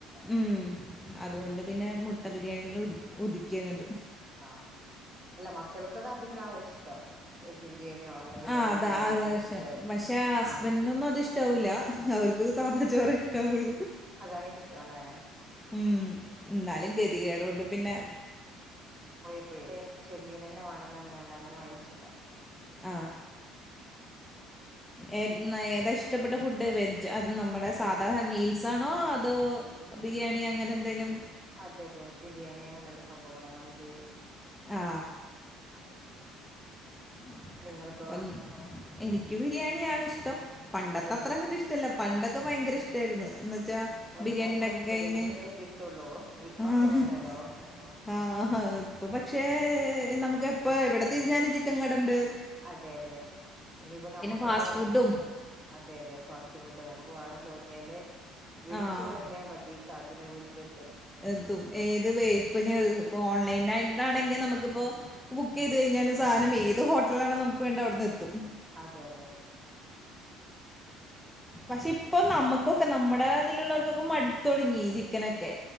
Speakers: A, in the centre; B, on the right.
A: ഉം അതുകൊണ്ട് പിന്നെ മുട്ട ബിരിയാണിയിൽ ഒരുക് ഒതുകി അങ്ങട്
B: ആ അല്ല മക്ക ക്കക് അതുതന്നെയവും ഇഷ്ടം എഗ് ബിരിയാണിയോ അല്ലെങ്കില്
A: ആ അതാ
B: ബിരിയാണി
A: അതാ
B: ഐറ്റംസ്
A: വിഷയം. പക്ഷെ ഹസ്ബൻഡിനൊന്നും
B: ആഹ്
A: ഇഷ്ടാവൂല. അവർക്ക് അത് സാധാ ചോറ് ആ ഇഷ്ട്ടവൊള്ളൂ
B: അതാണ് ഇഷ്ടമല്ലേ
A: ഉം എന്നാലും ഗതികേട് കൊണ്ട് പിന്നെ
B: പോയപ്പഴേ ചെമ്മീൻ തന്നെ വേണമെന്ന് പറഞ്ഞ് അങ്ങനെ വാങ്ങിച്ചതാ
A: ആ ആഹാ ഏതാ ഇഷ്ടപ്പെട്ട ഫുഡ് വെജ് അത് നമ്മുടെ സാധാ മീൽസാണോ അതോ ബിരിയാണി അങ്ങനെ എന്തെലും
B: അതെ അതെ ബിരിയാണി അങ്ങനെയുള്ള സംഭവങ്ങളാ മന്തി
A: ആ
B: അതെ
A: <unintelligible>
B: നിങ്ങൾക്കോ
A: എനിക്ക് ബിരിയാണിയാണ് ഇഷ്ടം പണ്ടത്തെ
B: ബിരിയാണിയാ
A: അത്ര അങ്ങോട്ട്
B: ഇഷ്ടം
A: ഇഷ്ടല്ല പണ്ടൊ ഒക്കെ ഭയങ്കര ഇഷ്ടയായിരുന്നു റ്റാ
B: പണ്ട്
A: ബിരിയാണി
B: പറഞ്ഞാ
A: ഉണ്ടാക്കി
B: എപ്പോഴെങ്കിലല്ലേ
A: കഴിഞ്ഞ് <inaudible>
B: കിട്ടുള്ളൂ ഇപ്പൊ
A: ആ
B: അങ്ങനെയല്ലല്ലോ
A: ആഹ് ആ <inaudible> ഉം ആ ഇപ്പം പറ്റ പക്ഷേ നമുക്ക് എപ്പോ എവിടെ തിരിഞ്ഞാലും ചിക്കൻ കടയുണ്ട്
B: അതെതെ ഇനിപ്പോ നമ്മക്ക്ന്ന്
A: ഫാസ്റ്റ് ഫുഡും
B: അതെതെ ഫസ് റ്റ് ഫുഡ് നമുക്ക് വാണം തോന്നിയാല് വിളിച്ചു
A: ആഹ്
B: പറഞ്ഞാ മതി സാധനം വീട്ടിലെ
A: എത്തും ഏത് <unintelligible> പ്പൊ ഓൺലൈനായിട്ടാണെങ്കി നമുക്കിപ്പോ ബുക്ക് ചെയ്ത് കഴിഞ്ഞാലും സാധനം ഏത് ഹോട്ടലാണോ നമുക്ക് വേണ്ടേ അവിട്ന്നെത്തും
B: അതെതെ
A: പക്ഷെ ഇപ്പൊ നമ്മുക്കൊക്കെ നമ്മുടെ തിലുള്ളോർക്കൊക്കെ മടു തുടങ്ങി ചിക്കനൊക്കെ